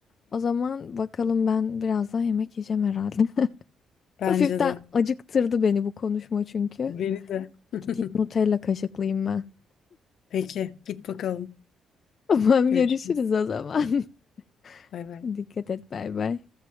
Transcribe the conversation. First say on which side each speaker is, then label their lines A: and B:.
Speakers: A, on the left; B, on the left.
A: O zaman bakalım ben birazdan yemek yiyeceğim herhalde. <laughs>
B: Bence
A: Hafiften
B: de.
A: acıktırdı beni bu konuşma çünkü.
B: Beni de. <laughs>
A: Gideyim Nutella kaşıklayayım ben.
B: Peki, git bakalım.
A: <laughs> Tamam
B: Görüşürüz.
A: görüşürüz o zaman. <laughs>
B: Bay bay.
A: Dikkat et bay bay.